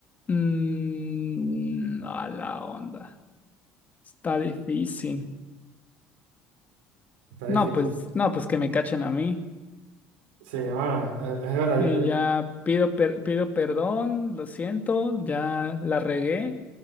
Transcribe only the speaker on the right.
Está difícil.
Sí, bueno, eh, es verdad. yo-